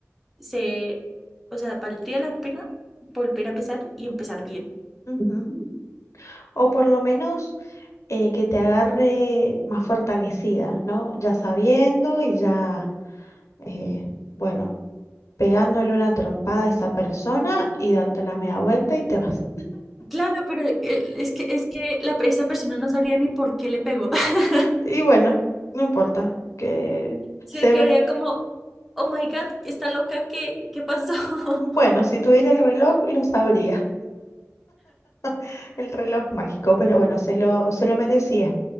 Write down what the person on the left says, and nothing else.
ujú. O por lo menos eh, que te agarre más fortalecida, ¿no? Ya sabiendo y ya, eh, bueno pegándole una trompada a esa persona y darte la media vuelta y te vas.
Y bueno, no importa, que
se
ve...
Bueno, si tuviera el reloj, lo sabría, <laughs> el reloj mágico, pero bueno, se lo, se lo merecía,